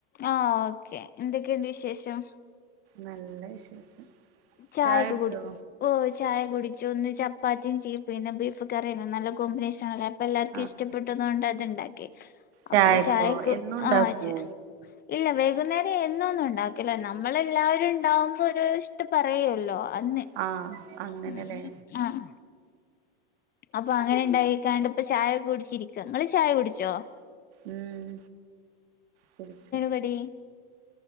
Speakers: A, on the left (about 30°); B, on the right (about 75°).
A: ആഹ് ഓക്കേ എന്തൊക്കെയിണ്ട് വിശേഷം
B: നല്ല വിശേഷം
A: ചായൊക്കെ
B: ചായുടിച്ചോ
A: കുടി ഓഹ് ചായ കുടിച്ചു ഇന്ന് ചപ്പാത്തിം ചീ പിന്നെ ബീഫ് കറിയെന്ന് നല്ല കോമ്പിനേഷനല്ലേ എല്ലർക്കും
B: ആഹ്
A: ഇഷ്ടപ്പെട്ടതോണ്ട് അത് ഇണ്ടാക്കി
B: ചായക്കോ
A: അപ്പൊ ചായക്ക്
B: എന്നും ഉണ്ടാക്കോ
A: ആഹ് ചാ ഇല്ല വൈകുന്നേരം എന്നൊന്നും ഇണ്ടാക്കില്ല നമ്മളെല്ലാവരും ഇണ്ടാവുമ്പോ ഒരു ട്ട് പറയൊല്ലോ അന്ന്
B: ആഹ് അങ്ങനെല്ലേ
A: ഉം ആഹ് അപ്പം അങ്ങനെ ഇണ്ടായിക്കാണ്ട് ഇപ്പ ചായകെ കുടിച്ചിരിക്ക ഇങ്ങള് ചായ കുടിച്ചോ
B: ഉം കുടിച്ചു
A: കടീ